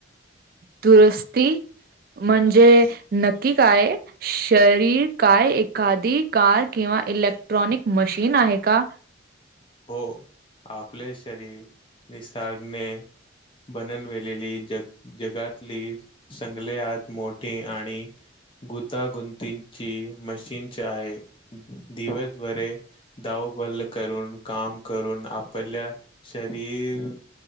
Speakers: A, on the right; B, on the left.
A: दुरस्ती म्हणजे नक्की काय शरीर काय एखादी कार किंवा इलेक्ट्रॉनिक मशीन आहे का
B: हो आपले शरीर निसर्गने बननवेेलेली जग जगातली संगलेत मोठी आणि गुतागुंतीची मशीन आहे दिवसभरे दाव बल करून काम करून आपल्या शरीर